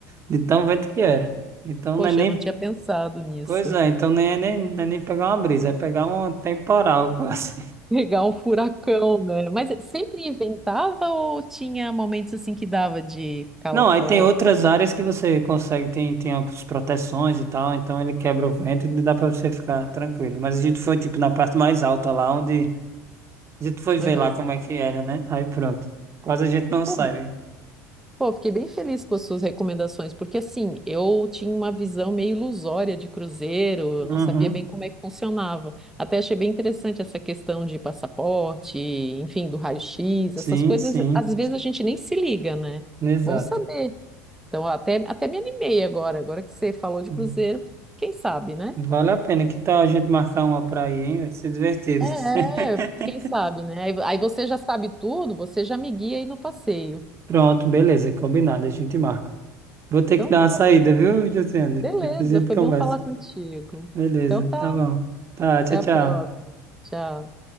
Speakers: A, on the right (about 35°); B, in the centre.
A: de tão vento que era. Então
B: Poxa,
A: não é nem.
B: eu não tinha pensado nisso.
A: Pois é, então nem é nem, não é nem pegar uma brisa, é pegar um temporal <laughs> quase.
B: Pegar um furacão, né? Mas sempre inventava ou tinha momentos assim que dava de ficar
A: Não,
B: lá fora?
A: aí tem outras áreas que você consegue, tem, tem as proteções e tal, então ele quebra o vento e dá pra você ficar tranquilo. Mas a gente foi, tipo, na parte mais alta lá, onde a gente foi ver
B: Aham.
A: lá como é que era, né? Aí pronto. Quase a gente não
B: Pô,
A: sabe.
B: pô, fiquei bem feliz com as suas recomendações, porque assim, eu tinha uma visão meio ilusória de cruzeiro,
A: Uhum.
B: eu não sabia bem como é que funcionava. Até achei bem interessante essa questão de passaporte, enfim, do raio-x,
A: Sim,
B: essas coisas,
A: sim,
B: às vezes a gente nem se liga, né?
A: exato.
B: Bom saber. Então, até, até me animei agora, agora que você falou de
A: Uhum.
B: cruzeiro, quem sabe, né?
A: Vale a pena. Que tal a gente marcar uma pra ir, hein? Vai ser divertido.
B: É,
A: <laughs>
B: é, quem sabe, né? Aí aí você já sabe tudo, você já me guia aí no passeio.
A: Pronto, beleza, combinado, a gente marca. Vou ter
B: Então
A: que dar
B: tá,
A: uma saída, viu, Josiane?
B: beleza,
A: Depois a gente
B: foi
A: conversa.
B: bom falar contigo.
A: Beleza,
B: Então tá,
A: tá bom. Tá, tchau,
B: até
A: tchau.
B: a próxima. Tchau.